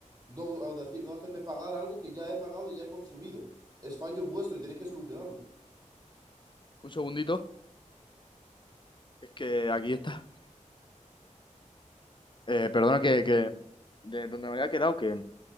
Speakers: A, on the right; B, on the left.
A: No, a decir- no hacerme pagar algo que ya he pagado y ya he consumido. Es fallo vuestro y tenéis que solucionarlo.
B: Un segundito. Es que aquí está. Eh, perdona que, que- De donde me había quedado, que